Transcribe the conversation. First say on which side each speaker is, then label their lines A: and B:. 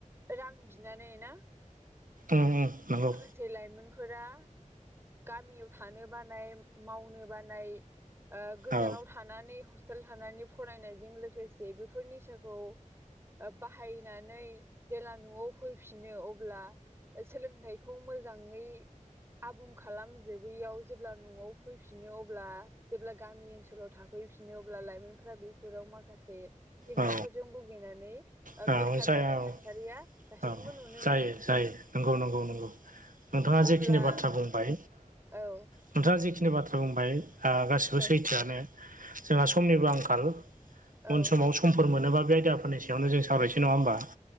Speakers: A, on the right; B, on the right.
A: रां बिनानै ना।
B: ओम ओम नंगौ
A: से लाइमोनफोरा गामियाव थानो बानाय मावनो बानाय ओ गोजानाव
B: औ
A: थानानै हस्टेल थानानै फरायनायजों लोगोसे बेफोर निसाखौ बाहायनानै जेला न'आव फैफिनो अब्ला सोलोंथाइखौ मोजाङै आबुं खालामजोबोैयाव जेब्ला न'आव फैफिनो अब्ला जेब्ला गामि ओनसोलाव था फैफिनो अब्ला लाइमोनफोरा बेफोराव माखासे जेंनाफोरजों
B: औ
A: भुगिनानै
B: औ
A: बेखार
B: जाया
A: जानाय
B: औ
A: थासारिया दासिमबो
B: औ
A: नुनो
B: जायो
A: मोनो
B: जायो नंगौ नंगौ नंगौ। नोंथाङा जेखिनि
A: अब्ला
B: बाथ्रा बुंबाय
A: औ
B: नोंथाङा जेखिनि बाथ्रा बुंबाय गा सैथोआनो
A: औ
B: जोंहा समनि आंखालाव
A: औ
B: उन समाव समफोर मोनोबा बे आयदाफोरनि सायावनो जों सावरायसै नङा होमबा